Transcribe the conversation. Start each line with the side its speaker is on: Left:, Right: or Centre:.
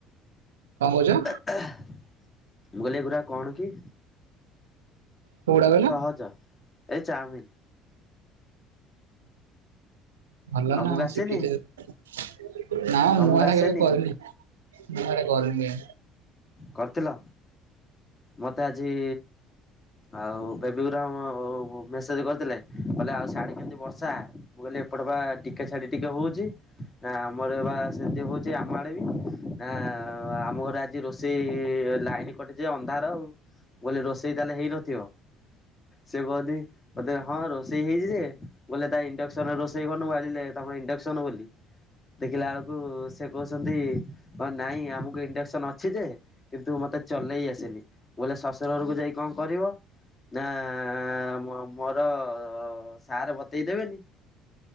Right: କଣ କହୁଛ?
Left: ମୁଁ କହିଲି ଏଗୁରା କଣ କି?
Right: କୋଉଗୁଡା କହିଲ?
Left: ସହଜ ଏଇ ଚାଉମିନ।
Right: ଭଲ
Left: ତମକୁ
Right: ନା
Left: ଆସେନି
Right: ଶିଖିଥିଲି। ନା
Left: ତମକୁ
Right: ମୁଁ ଆଗେ
Left: ଆସେନି
Right: କରନି ମୁଁ ଏଡେ କରନିଆ
Left: କରିଥିଲ ମତେ ଆଜି ଆଉ ବେବି ଗୁରାମ ମେସେଜ କରିଥିଲେ? କହିଲେ ଆଉ ଶାଢୀ କେମିତି ବର୍ଷା ମୁଁ କହିଲି ଏପଟେ ବା ଟିକେ ଛାଢି ଟିକେ ହଉଛି। ଆ ଆମର ବା ସେମିତି ହଉଛି ଆମ ଆଡେ ବି ଆ ଆମ ଘରେ ଆଜି ରୋଷ ସି ଲାଇନ କଟିଛି ଅନ୍ଧାର ଆଉ ବୋଲେ ରୋଷେଇ ତାହେଲେ ହେଇନଥିବ। ସେ କହନି। ବୋଧେ ହଁ ରୋଷେଇ ହେଇଛି ଯେ ଗଲେ ତା ଇଣ୍ଡକ୍ସନ ରୋଷେଇ କରୁନୁ ମୁଁ ଆଜି ଲେଟ ହବ ଇଣ୍ଡକ୍ସନ ବୋଲି। ଦେଖିଲା ବେଳକୁ ସେ କହୁଛନ୍ତି ନାଇଁ ଆମକୁ ଇଣ୍ଡକ୍ସନ ଅଛ ଅଛି ଯେ କିନ୍ତୁ ମତେ ଚଲେଇ ଆସେନି ବୋଲେ ଶଶୁର ଘରକୁ ଯାଇ କଣ କରିବ? ନା ମୋ ମୋର ସାର ବତେଇ ଦେବେନି।